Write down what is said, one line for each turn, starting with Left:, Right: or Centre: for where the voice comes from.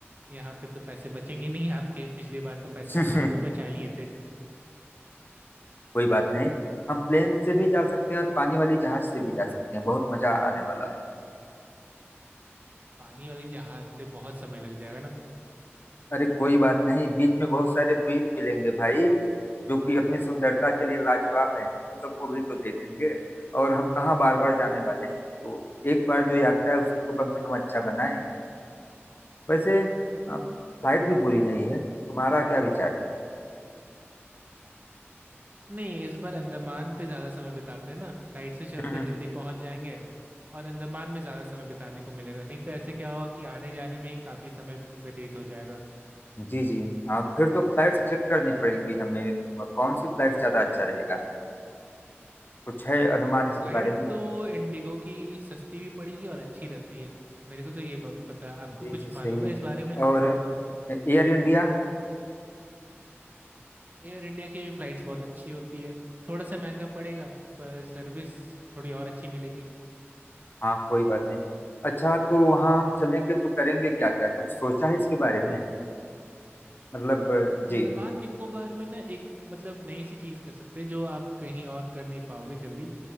Right: यहाँ पे तो पैसे बचेंगे नहीं आपके पिछली बार तो पैसे
Left: हैं
Right: आपने खूब बचा लिए थे
Left: <laughs> कोई बात नहीं हम प्लेन से भी जा सकते हैं और पानी वाली जहाज से भी जा सकते हैं बहुत मजा आने वाला है
Right: पानी वाले जहाज से बहुत समय लग जाएगा ना
Left: अरे कोई बात नहीं बीच में बहुत सारे द्वीप मिलेंगे भाई जो कि अपनी सुंदरता के लिए लाजवाब है हम उन सबको भी तो देखेंगे और हम कहाँ बार बार जाने वाले हैं तो एक बार जो यात्रा है उसे तो कम से कम अच्छा बनाएं वैसे फ्लाइट भी बुरी नहीं है तो तुम्हारा क्या विचार
Right: नहीं इस बार अंडमान पे ज़्यादा समय बिताते हैं ना फ्लाइट से चलते
Left: है
Right: जल्दी पहुँच जाएंगे और अंडमान में ज़्यादा समय बिताने को मिलेगा नहीं तो ऐसे क्या होगा कि आने जाने में ही काफ़ी समय व्यतीत हो जाएगा
Left: जी जी हाँ फिर तो फ्लाइट्स चेक करनी पड़ेंगी हमें कौन सी फ्लाइट ज्यादा अच्छा रहेगा कुछ है अनुमान इसके
Right: फ्लाइट
Left: बारे में
Right: तो इंडिगो की सस्ती भी पड़ेगी और अच्छी रहती है मेरे को तो ये ब- पता है आपको
Left: जी
Right: कुछ
Left: जी सही
Right: मालूम
Left: है
Right: है इस बारे में
Left: और एयर इंडिया
Right: एयर इंडिया की फ्लाइट्स बहुत अच्छी होती है थोड़ा सा महंगा पड़ेगा पर सर्विस थोड़ी और अच्छी मिलेगी
Left: हाँ कोई बात नहीं अच्छा तो वहाँ हम चलेंगे तो करेंगे क्या क्या कुछ सोचा है इसके बारे में मतलब
Right: अंडमान
Left: जी
Right: निकोबार में ना एक मतलब नई सी चीज़ कर सकते हैं जो आप कहीं और कर नहीं पाओगे जल्दी